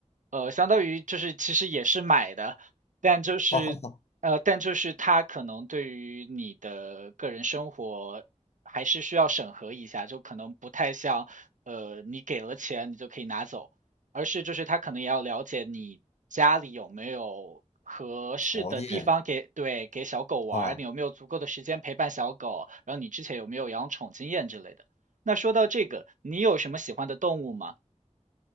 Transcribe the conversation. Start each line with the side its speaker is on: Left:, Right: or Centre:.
Right: 呃，相当于就是其实也是买的，但就是呃，
Left: 哦，
Right: 但就是它可能对于你的个人生活还是需要审核一下，就可能不太像呃，你给了钱你就可以拿走，而是就是他可能也要了解你家里有没有合适的地方给对给小狗玩儿，
Left: 条件啊。
Right: 你有没有足够的时间陪伴小狗，然后你之前有没有养宠经验之类的。那说到这个，你有什么喜欢的动物吗？